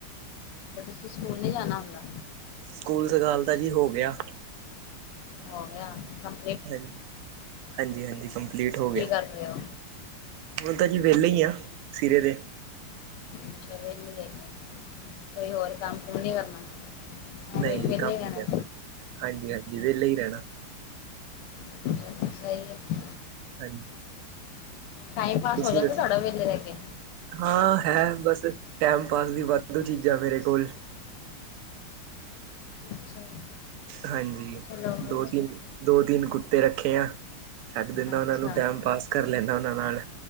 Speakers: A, on the left; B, on the right.
A: ਤੂੰ ਸਕੂਲ ਨਹੀਂ ਜਾਣਾ ਹੁੰਦਾ।
B: ਸਕੂਲ ਸਗਾਲ ਤਾਂ ਜੀ ਹੋ ਗਿਆ।
A: ਹੋ ਗਿਆ ਕੰਮ
B: ਹਾਂ, ਹਾਂਜੀ-ਹਾਂਜੀ ਕੰਪਲੀਟ ਹੋ ਗਿਆ।
A: ਕੀ ਕਰ ਰਹੇ ਹੋ
B: ਹੁਣ ਤਾ ਜੀ ਵਿਹਲੇ ਈ ਆ, ਸਿਰੇ ਦੇ।
A: ਅੱਛਾ ਵਿਹਲੇ ਈ ਹੈਗੇ, ਕੋਈ ਹੋਰ ਕੰਮ ਕੁੰਮ ਨੀ ਕਰਨਾ। ਐਵੇਂ
B: ਨਈ
A: ਵਿਹਲੇ
B: ਕੰਮ
A: ਰਹਿਣਾ
B: ਨੀ ਕਰਨਾ, ਹਾਂਜੀ-ਹਾਂਜੀ ਵਿਹਲਾ ਹੀ ਰਹਿਣਾ।
A: ਚਲੋ ਸਹੀ ਐ।
B: ਹਾਂਜੀ।
A: ਟਾਈਮ ਪਾਸ
B: ਤੁਸੀਂ
A: ਹੋ ਜਾਂਦਾ,
B: ਦੱਸੋ
A: ਥੋਡਾ ਵਿਹਲੇ ਰਹਿ ਕੇ।
B: ਹਾਂ ਹੈ ਬਸ, ਟੈਮ ਪਾਸ ਦੀ ਵਾਧੂ ਚੀਜ਼ਾਂ ਮੇਰੇ ਕੋਲ।
A: ਅੱਛਾ ਜੀ
B: ਹਾਂਜੀ,
A: ਚਲੋ ਅੱਛਾ
B: ਦੋ ਤਿੰਨ-ਦੋ ਤਿੰਨ ਕੁੱਤੇ ਰੱਖੇ ਆ। ਛੱਡ ਦਿੰਨਾ
A: ਅੱਛਾ
B: ਉਹਨਾਂ ਨੂੰ, ਟੈਮ ਪਾਸ ਕਰ ਲੈਂਨਾ ਉਹਨਾਂ ਨਾਲ।